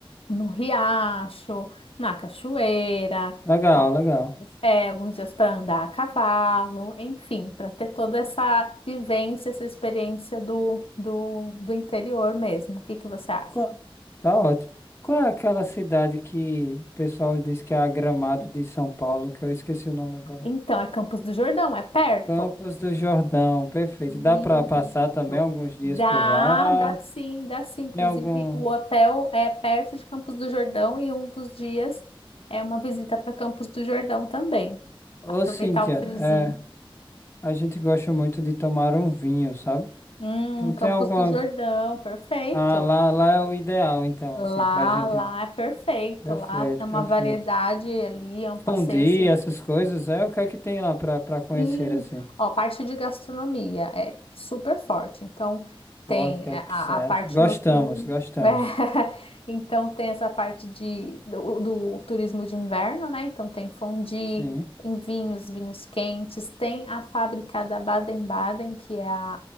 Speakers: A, on the left; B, on the left.
A: no riacho, na cachoeira,
B: Legal, legal.
A: alguns é, alguns dias para andar a cavalo, enfim, para ter toda essa vivência, essa experiência do, do, do interior mesmo. O que que você acha?
B: Qual- Tá ótimo. Qual é aquela cidade que o pessoal diz que é a Gramado de São Paulo, que eu esqueci o nome agora?
A: Então, é Campos do Jordão, é perto?
B: Campos do Jordão, perfeito.
A: Isso.
B: Dá para passar também alguns dias
A: Dá,
B: por lá.
A: dá sim, dá sim. Inclusive,
B: Tem algum.
A: o hotel é perto de Campos do Jordão e um dos dias é uma visita para Campos do Jordão também.
B: Ô,
A: Aproveitar
B: Cíntia,
A: o friozinho.
B: é, a gente gosta muito de tomar um vinho, sabe?
A: Hum,
B: Então tem
A: Campos
B: alguma.
A: do Jordão, perfeito.
B: Ah, lá, lá é o ideal, então,
A: Lá,
B: assim, pra gente.
A: lá é perfeito.
B: Perfeito,
A: Lá tem
B: perfeito.
A: uma variedade ali, é um passeio
B: Fundir
A: assim.
B: essas coisas, é o que é que tem lá pra, pra conhecer,
A: Sim,
B: assim?
A: ó, a parte de gastronomia é super forte. Então, tem
B: Vodka,
A: a,
B: certo.
A: a parte
B: Gostamos,
A: noturna,
B: gostamos.
A: né? <laughs> Então, tem essa parte de, do, do turismo de inverno, né? Então, tem fondue,
B: Sim.
A: tem vinhos, vinhos quentes, tem a fábrica da Baden-Baden, que é a,